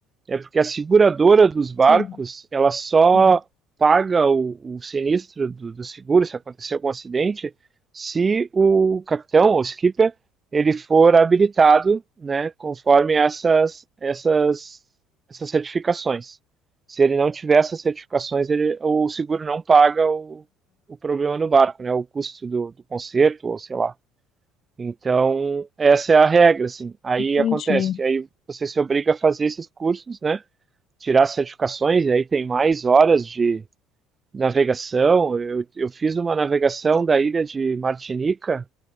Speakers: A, on the right (about 20°); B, on the left (about 50°).
A: É porque a seguradora dos barcos,
B: Sim,
A: ela só
B: sim,
A: paga o, o sinistro do, do seguro, se acontecer algum acidente, se o capitão ou skipper ele for habilitado, né, conforme essas, essas, essas certificações. Se ele não tiver essas certificações, ele, o seguro não paga o, o problema no barco, né, o custo do, do conserto, ou sei lá. Então, essa é a regra, assim. Aí
B: entendi.
A: acontece que aí você se obriga a fazer esses cursos, né, tirar certificações, e aí tem mais horas de navegação. Eu, eu fiz uma navegação da ilha de Martinica,